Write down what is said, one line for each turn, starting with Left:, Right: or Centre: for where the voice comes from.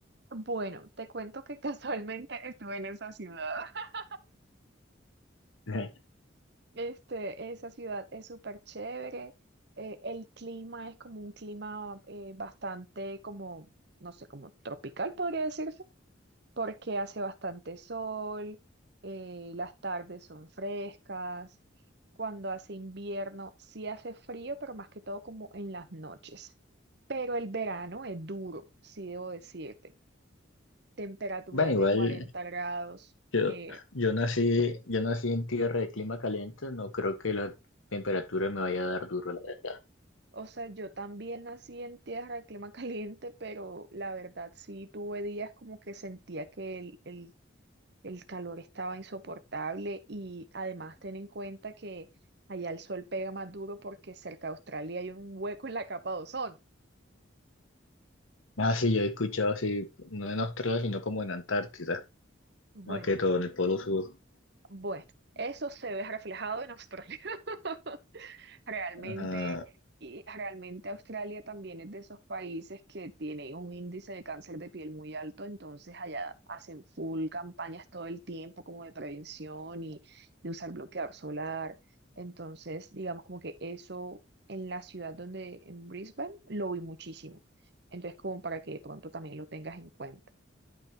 Right: bueno, te cuento que <laughs> casualmente estuve en esa ciudad. <laughs>
Left: <laughs>
Right: Este, esa ciudad es súper chévere. eh, el clima es como un clima eh, bastante como, no sé, como tropical podría decirse. porque hace bastante sol, eh, las tardes son frescas, cuando hace invierno sí hace frío, pero más que todo como en las noches. Pero el verano es duro, sí debo decirte. Temperaturas
Left: Bueno, igual
Right: de 40 grados,
Left: Yo,
Right: que,
Left: yo nací, yo nací en tierra de clima caliente, no creo que la temperatura me vaya a dar duro, la verdad.
Right: o sea, yo también nací en tierra de clima <laughs> caliente, pero la verdad sí tuve días como que sentía que el, el El calor estaba insoportable y además ten en cuenta que allá el sol pega más duro porque cerca de Australia hay un hueco en la capa de ozono.
Left: Ah, sí, yo he escuchado así, no en Australia, sino como en Antártida,
Right: Bueno,
Left: más que todo en el Polo Sur.
Right: bueno, eso se ve reflejado en Australia. <laughs> Realmente,
Left: Ah,
Right: y realmente Australia también es de esos países que tiene un índice de cáncer de piel muy alto, entonces allá hacen full campañas todo el tiempo como de prevención y de usar bloqueador solar. Entonces, digamos como que eso en la ciudad donde, en Brisbane, lo vi muchísimo. Entonces, como para que de pronto también lo tengas en cuenta.